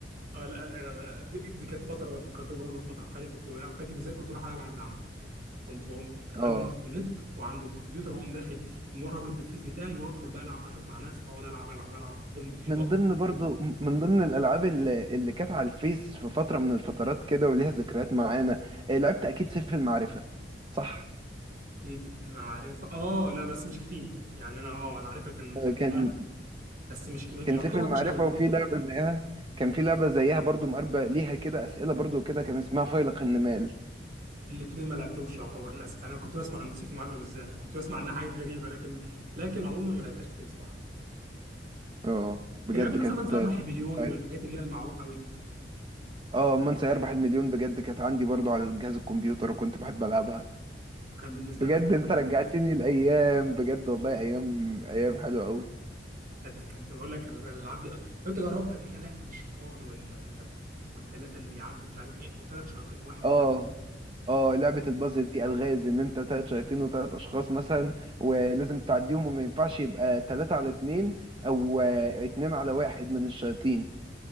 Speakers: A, on the right (about 50°); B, on the right (about 30°).
A: اه لا آه، دي, دي كانت فتره فكرتني برضه في فتره في حياتي كنت بقى- فاكر بالذات كنت بروح العب عند عمي كنت بقوم كان عمي
B: اه
A: موسم النت وعنده الكمبيوتر واقوم داخل مرابط بالفيس بتاعي وادخل بقى العب اشوف مع ناس واقعد العب العب العب كنتش
B: من
A: بقى
B: ضمن برضو
A: برضه
B: من ضمن الالعاب اللي اللي كانت على الفيس في فترة من الفترات كده وليها ذكريات معانا آه، لعبت اكيد سيف المعرفة صح
A: كنت في المعرفه اه لا بس مش كتير يعني انا اه انا عارفها كان كان
B: كان
A: فيها- بس مش م-
B: كان
A: يعتبر
B: سيف المعرفة
A: مش قوي
B: وفي لعبة زيها كان في لعبة زيها برضو مقربة ليها كده أسئلة برضو كده كان اسمها فيلق النمال
A: الاثنين ما لعبتهمش يعتبر للاسف انا كنت بسمع عن سيف المعرفه بالذات وكنت بسمع عنها حاجات غريبه لكن لكن عموما ما لعبتهاش كتير بصراحه
B: اه بجد
A: تلعبي مثلا
B: كانت
A: من 4 مليون
B: اه
A: والحاجات اللي هي المعروفه قوي دي
B: آه، من سيربح المليون بجد كانت عندي برضو على جهاز الكمبيوتر وكنت بحب ألعبها
A: وكان بالنسبه
B: بجد
A: لنا
B: انت رجعتني الأيام بجد والله أيام أيام حلوة قوي
A: كانت كانت بقول لك انا الالعاب دي أص- لو انت جربت قبل كده لعبه الشيطان وال والثلاثه اللي بيعدوا مش عارف ايه او ثلاث شياطين وواحد
B: اه
A: بيعدي يا
B: اه
A: نهار
B: لعبة البازل دي ألغاز ان انت تلات شياطين وتلات اشخاص مثلا ولازم تعديهم وما ينفعش يبقى تلاتة على اتنين او آه، اتنين على واحد من الشياطين